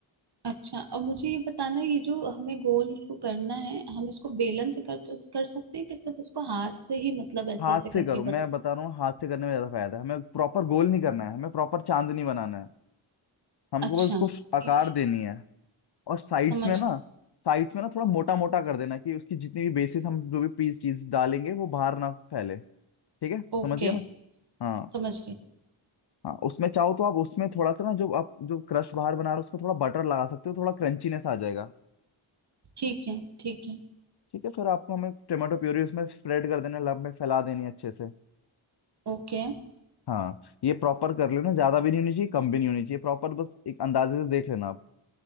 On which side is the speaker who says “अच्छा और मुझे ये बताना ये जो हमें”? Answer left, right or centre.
Right